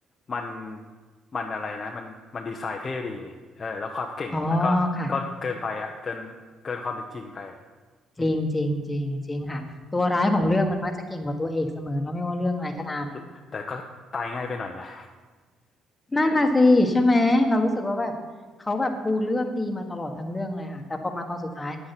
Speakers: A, on the left; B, on the left.
A: มันมันอะไรนะมันมันดีไซน์เท่ดีเออแล้วความเก่งของมันก็ก็เกินไปอ่ะเกินเกินความเป็นจริงไปอะ
B: <laughs> อ๋อค่ะ
A: อืม
B: จริงจริงจริงจริงค่ะตัวร้ายของเรื่องมันมักจะเก่งกว่าตัวเอกเสมอเนาะไม่ว่าเรื่องอะไรก็ตาม
A: <laughs> แต่ก็ตายง่ายไปหน่อยนะ
B: นั่นน่ะสิใช่ไหมเรารู้สึกว่าแบบเขาแบบปูเรื่องดีมาตลอดทั้งเรื่องเลยค่ะแต่พอมาตอนสุดท้าย